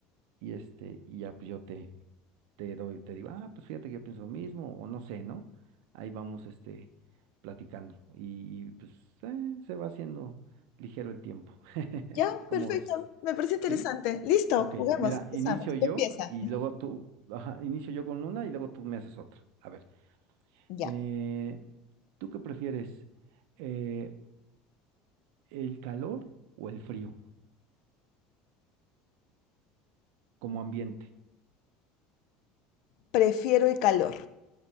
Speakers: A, on the right; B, on the left.
A: y este, y ya pues yo te, te doy, te digo, ah, pues fíjate que yo pienso lo mismo, o no sé, ¿no? Ahí vamos, este, platicando. Y, y, pues eh, se va haciendo ligero el tiempo. <laughs>
B: Ya,
A: ¿Cómo
B: perfecto,
A: ves?
B: me parece interesante.
A: ¿Sí?
B: Listo,
A: Ok,
B: juguemos,
A: mira,
B: empezamos.
A: inicio yo
B: Tú empieza.
A: y luego tú, ajá, inicio yo con una y luego tú me haces otra. A ver,
B: Ya,
A: eh, ¿tú qué prefieres? Eh, ¿el calor o el frío como ambiente?
B: prefiero el calor.